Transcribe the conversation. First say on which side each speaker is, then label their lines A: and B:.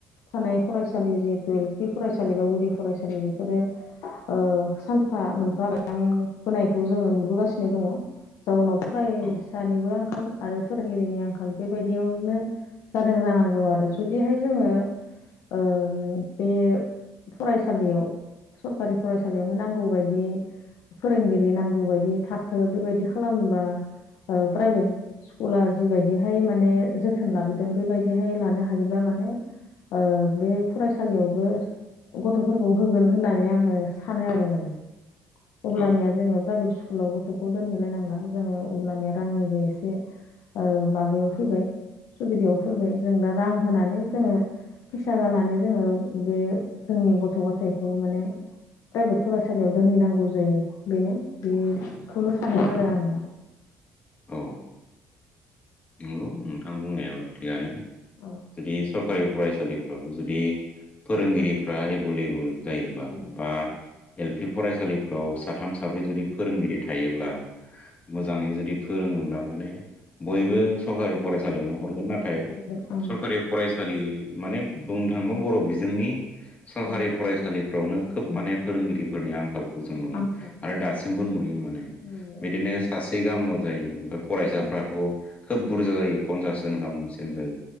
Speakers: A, on the left (about 75°); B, on the left (about 25°).
A: थानाय फरायसालि जिहेतु एल पि फरायसालि बा गुदि फरायसालि बेफोरो ओ सानफा मोनफा बोनायखौ जोङो नुबोगासिनो दङ जाउनाव फरायसानिबो
B: औ
A: आंखाल आरो फोरोंगिरिनि आंखाल बेबायदियावनो जादों जानांगौ आरो जुदिहाय जोङो ओम बे फरायसालियाव सरखारि फरायसालियावहाय नांगौबायदि फोरोंगिरि नांगौ बायदि थाखो बेबायदि खालामब्ला प्राइभेट स्कुला जिबायदिहाय माने जोथोन लाबोदों बेबायदिहाय लानो हायोब्लाा माने ओ बे फरायसालियावबो गथ'फोरखौ होगोन होननानै आङो सानो आरो माने। अब्लानिया
B: औ
A: जोङो प्राइभेट स्कुलाव गथ'खौ दोनहैलायनांला जोङो अब्लानिया रांनिबो एसे ओ माबायाव फैबाय सुबिदायाव फैबाय जों दा रां होनानै जोङो फैसा गारनानै जोङो बे जोंनि गथ' गथायाइखौ माने प्राइभेट फरायसालियाव दोनहैनांगौ जायो बेनो बेखौनो सानो आरो आङो।
B: औ नोंगौ नोंथां बुंनायाबो थिगानो
A: औ
B: जुदि सरकारि फरायसालिफ्राव जुदि फोरोंगिरिफ्रा एभेलेबल जायोबा
A: थायोब्ला
B: बा
A: औ
B: एल पि फरायसालिफ्राव साथाम साब्रै जुदि फोरोंगिरि थायोब्ला मोजाङै जुदि फोरोङोब्ला माने बयबो सरखारि फरायसालियावनो हरगोन नाथाय
A: हरगोन ओं
B: सरखारि फरायसालि माने बुंनो थाङोबो बर' बिजोंनि सरखारि
A: औ
B: फरायसालि -फोरावनो खोब माने फोरोंगिरिफोरनि आंखाल। जों नुयो
A: आंखौ
B: आरो दासिमबो नुयो माने
A: नुयो
B: बिदिनो
A: ओं
B: सासे गाहामल' जायो। फरायसाफ्राथ'
A: सासे
B: खोब बुरजा जायो पन्सासजन गाहामसिम जायो